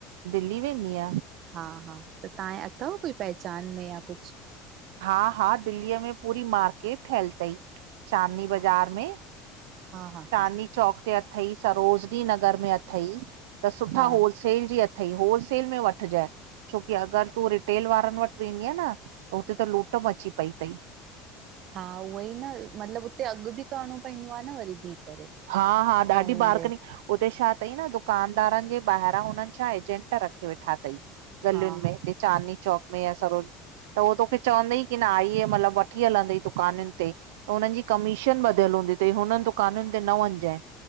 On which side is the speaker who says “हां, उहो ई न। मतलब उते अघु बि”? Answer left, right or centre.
Right